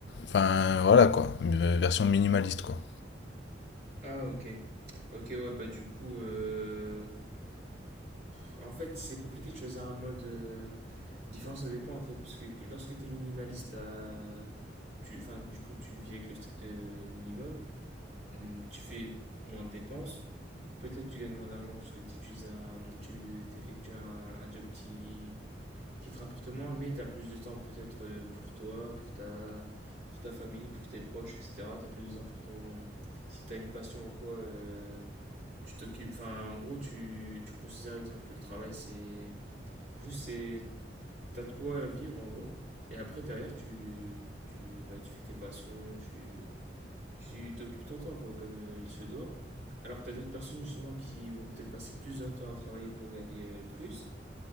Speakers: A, on the left (about 65°); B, on the right (about 60°).
A: Enfin, voilà quoi, une version minimaliste quoi.
B: Ah, ok. Ok, ouais, bah du coup, euh, pff, en fait, c'est compliqué de choisir un mode euh, différent, ça dépend en fait, parce que lorsque t'es minimaliste, t'as- tu, enfin, du coup, tu vis avec le strict euh, minimum, hum, tu fais moins de dépenses, Peut-être tu gagnes moins d'argent parce que t'utilises un, tu effectues un, un job qui, qui te rapporte moins, mais tu as plus de temps peut-être euh, pour toi, pour ta, pour ta famille, pour tes proches, etc. Tu as plus de temps pour ton... Si tu as une passion ou quoi, euh, tu t'occupes... Enfin, en gros, tu, tu considères, exemple, que le travail, c'est... Juste, c'est... T'as de quoi vivre, en gros. Et après, derrière, tu, tu, bah, tu fais tes passions, tu, tu t'occupes ton temps, quoi, comme euh, il se doit. Alors que tu as d'autres personnes, justement, qui vont peut-être passer plus de temps à travailler pour gagner euh, plus